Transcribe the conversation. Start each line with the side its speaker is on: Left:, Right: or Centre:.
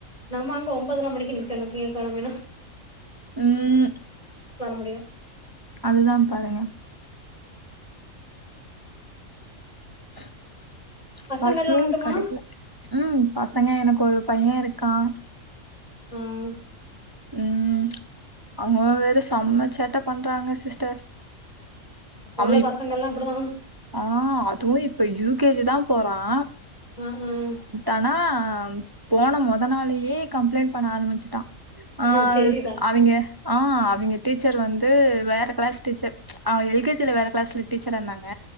Left: நம் அங்க ஒன்பதர மணிக்கு நிக்கனு கியூவ் போலாமினா
Right: உம்
Left: முடியு
Right: அதுதான் பாருங்க கும்
Left: பசங்கல்லா
Right: பசும்
Left: உண்டுமா
Right: கிடைக்கல உம் பசங்க எனக்கும் ஒரு பையன் இருக்கான்
Left: ஆஹ்
Right: உம் அவங்க வேற செம்ம சேட்டை பண்றாங்க சிஸ்டர்
Left: இப்ப
Right: அவன்
Left: உள்ள
Right: இப்
Left: பசங்கள் எல்லாம் அப்படிதான்
Right: ஆ இப்ப யூகேஜி தான் போறான்
Left: உம் உம்
Right: ஆனா போன மொத நாளயே கம்ளைண்ட் பண்ண ஆரம்பிச்சிட்டான் ஆஹ்
Left: ஆ சேரிதா
Right: அவங்க ஆஹ் அவங்க டீச்சர் வந்து வேற கிளாஸ் டீச்சர் எல்கேஜி சில வேற கிளாஸ்ல டீச்சரா இருந்தாங்க